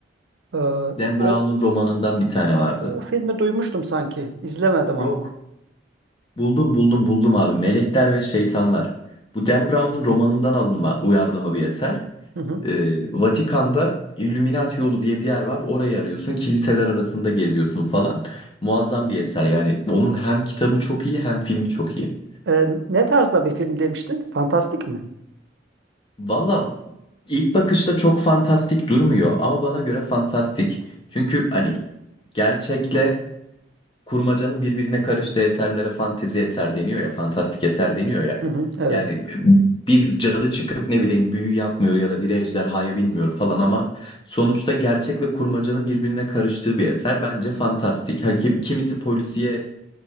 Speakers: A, on the right; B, on the left.
A: Ee,
B: Dan
A: o,
B: Brown'un romanından bir tane vardı.
A: o filmi duymuştum sanki. İzlemedim
B: Yok.
A: ama.
B: Buldum buldum buldum abi. Melekler ve Şeytanlar. Bu Dan Brown'un romanından alınma uyarlama bir eser.
A: Hı hı.
B: Ee, Vatikan'da Illuminati yolu diye bir yer var. Orayı arıyorsun. Kiliseler arasında geziyorsun falan. Muazzam bir eser yani. Onun hem kitabı çok iyi hem filmi çok iyi.
A: Ee, ne tarzda bir film demiştin? Fantastik mi?
B: Valla ilk bakışta çok fantastik durmuyor ama bana göre fantastik. Çünkü hani gerçekle kurmacanın birbirine karıştığı eserlere fantezi eser deniyor ya, fantastik eser deniyor ya.
A: Hı hı. Evet.
B: Yani bir cadı çıkıp ne bileyim büyü yapmıyor ya da bir ejderhaya binmiyor falan ama sonuçta gerçekle kurmacanın birbirine karıştığı bir eser bence fantastik. Hakim kimisi polisiye